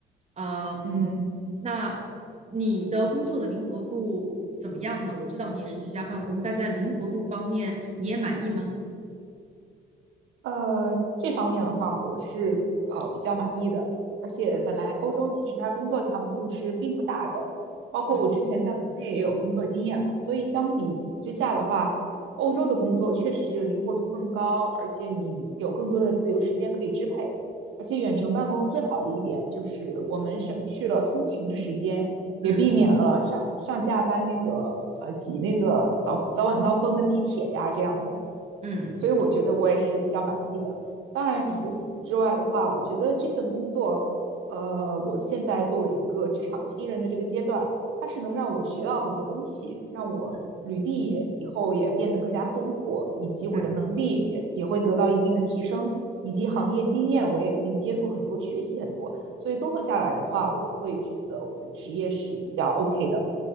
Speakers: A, on the right; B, on the right.
A: 呃，
B: 嗯，
A: 那你的工作的灵活度怎么样呢？我知道你也是居家办公，但在灵活度方面，你也满意吗？
B: 呃，这方面的话，我是呃比较满意的，而且本来欧洲其实它工作强度是并不大的，包括我之前在国内也有工作经验嘛，
A: 嗯
B: 所以相比之下的话，欧洲的工作确实是灵活度更高，而且你有更多的自由时间可以支配，而且远程办公最好的一点就是我们省去了通勤的时间，也避免了上上下班那个呃挤那个早早晚高峰的地铁呀这样的。
A: 嗯嗯
B: 所以我觉得我也是比较满意的。当然，除此之外的话，
A: 嗯
B: 我觉得这份工作，呃，我现在作为一个职场新人的这个阶段，它是能让我学到很多东西，让我履历也以后也变得更加丰富，
A: 嗯
B: 以及我的能力也也会得到一定的提升，
A: 嗯。
B: 以及行业经验我也可以接触很多，学习很多。所以综合下来的话，我会觉得我的职业是比较 OK 的。